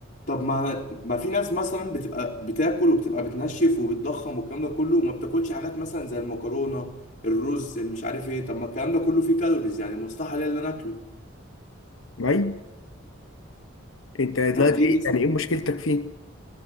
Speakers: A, on the left; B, on the left.
A: طب ما ما في ناس مثلا بتبقى بتاكل وبتبقى بتنشف وبتضخم والكلام ده كله وما بتاكلش حاجات مثلا زي المكرونة الرز المش عارف ايه طب ما الكلام ده كله فيه كالوريز يعني مستحيل ليا ان انا اكله
B: معايا انت دلوقتي
A: طب ليه الناس
B: يعني ايه مشكلتك فيه